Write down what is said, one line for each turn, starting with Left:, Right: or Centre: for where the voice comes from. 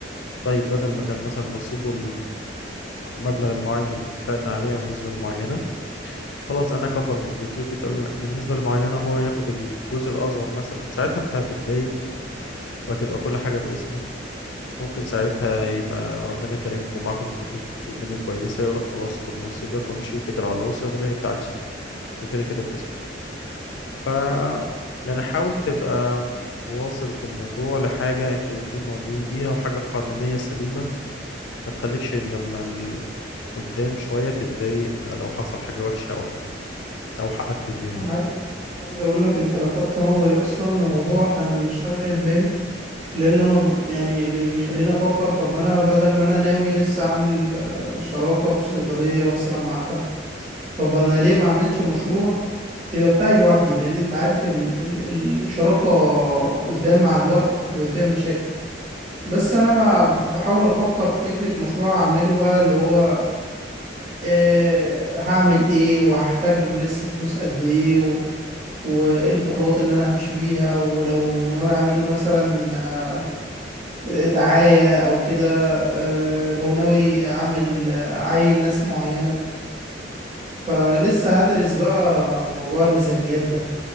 Left: طيب بدل ما كان مثلا نصيبه المبلغ المعين اللي اتفقنا عليه أو النسبة المعينة خلاص أنا أكبر نسبتي وتبقى ال- النسبة المعينة هو ياخد الجزء الأصغر مثلا ساعتها أنت هتتضايق وهتبقى كل حاجة باسمه ممكن ساعتها يبقى ربنا كريمكم ومعاكم انتوا الاتنين فلوس والدنيا كويسة يقولك خلاص خد نصيبك وامشي واتكل على الله والصيدلية بتاعتي وكده كده باسمك ف يعني حاول تبقى واصل في الموضوع لحاجة انتوا الاتنين راضيين بيها وحاجة قانونية سليمة ما تخليكش لما ال... قدام شوية تتضايق لو حصل حاجة وحشة أو حاجة أو حقك يضيع
Right: انا
Left: يعني
Right: عايز عايز اقول لك انت لفتت نظري اصلا لموضوع كان شاغل بالي لان انا ب... يعني اللي بيخليني افكر طب ما انا بدل ما انا ناوي لسه اعمل آه، شراكة في صيدلية مثلا مع حد طب انا ليه ما اعملش مشروع يبقى بتاعي لوحدي لان انت عارف ال... ال... الشراكة قدام مع الوقت بيبقى فيها مشاكل بس انا ما بحاول افكر في فكرة مشروع اعمله بقى اللي هو آه، هعمل ايه وهحتاج له لسه فلوس قد ايه و... وايه الخطوات اللي انا همشي بيها ولو ناوي اعمل له مثلا آه، دعاية او كده آه، لو ناوي اعمل آه، عين ناس معينة فلسه هدرس بقى موضوع الميزانيات ده